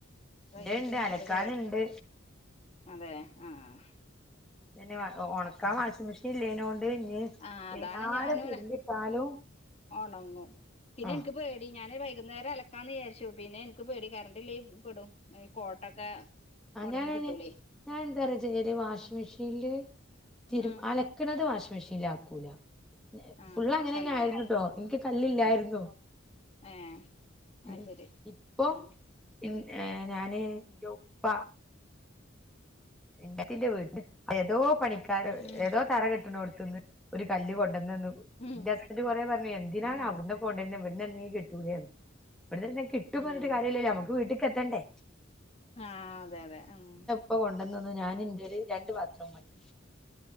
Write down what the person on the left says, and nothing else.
കഴിഞ്ഞിപ്പ
ഞാത്ത
കയറി അതെ ആഹ്
ആഹ് അതാണ്
ഞാനും
ഒണങ്ങും പിന്നെ
എനക്ക് പേ ടി ഞാന് വൈകുന്നേരം അലക്കാന്ന് വിചാരിച്ചു പിന്നെ ഇനക്ക് പേടി കറണ്ടില്ലേ പെടും ഈ കോട്ടൊക്കെ
ഒണങ്ങി
കിട്ടൂലേ
ആഹ്
ആഹ്
കല്ലില്
ആഹ് ഏഹ് അത്
ശരി
ആഹ്
ഉം
ഉം
ഉം
ഉം
ആഹ് അതെ അതെ ആഹ്